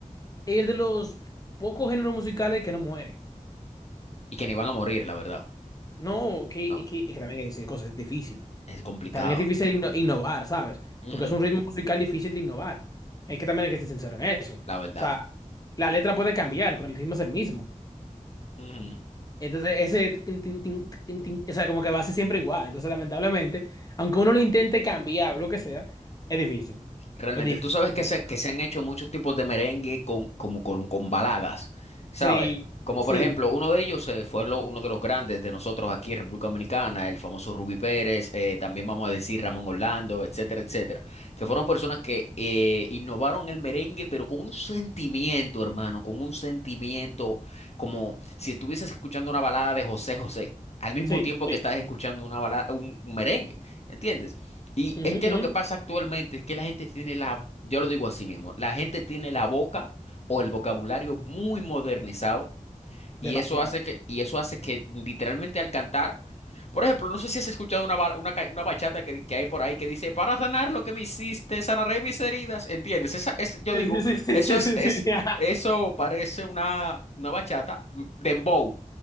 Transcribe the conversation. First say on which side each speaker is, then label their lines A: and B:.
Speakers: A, on the left; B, on the left.
A: es de los pocos géneros musicales que no muere.
B: Y que ni van a morir, la verdad.
A: No, que,
B: No,
A: es que, es que también hay que decir cosas, es difícil.
B: es complicado.
A: También es difícil inno- innovar, ¿sabes?
B: Ujú,
A: Porque es un ritmo musical difícil de innovar. Hay que también hay que ser sincero en eso. O
B: la verdad.
A: sea, la letra puede cambiar, pero el ritmo es el mismo.
B: Ujú.
A: Entonces, ese, tin, tin, tin, tin, tin, o sea, como que va a ser siempre igual. Entonces, lamentablemente, aunque uno lo intente cambiar o lo que sea, es difícil.
B: Realmente,
A: Es difícil.
B: tú sabes que se, que se han hecho muchos tipos de merengue con, como con, con baladas, ¿sabes?
A: Sí,
B: Como
A: sí,
B: por ejemplo, uno de ellos eh, fue lo- uno de los grandes de nosotros aquí en República Dominicana, el famoso Rubí Pérez, eh, también vamos a decir Ramón Orlando, etcétera, etcétera, que fueron personas que eh, innovaron el merengue, pero con un sentimiento, hermano, con un sentimiento como si estuvieses escuchando una balada de José José, al mismo
A: sí,
B: tiempo
A: sí.
B: que estás escuchando una balada, un un merengue, ¿entiendes? Y
A: Ujú,
B: es que
A: ujú.
B: lo que pasa actualmente es que la gente tiene la, yo lo digo así mismo, la gente tiene la boca o el vocabulario muy modernizado y
A: Demasiado.
B: eso hace que, y eso hace que literalmente al cantar, por ejemplo, no sé si has escuchado una, ba- una, ca- una bachata que, que hay por ahí que dice, para sanar lo que me hiciste, sanaré mis heridas, ¿entiendes? Esa, es, yo
A: Sí,
B: digo,
A: sí, sí, sí,
B: eso
A: sí,
B: es,
A: sí,
B: es,
A: sí. <laughs> Ajá,
B: eso parece una, una bachata mm, dembow,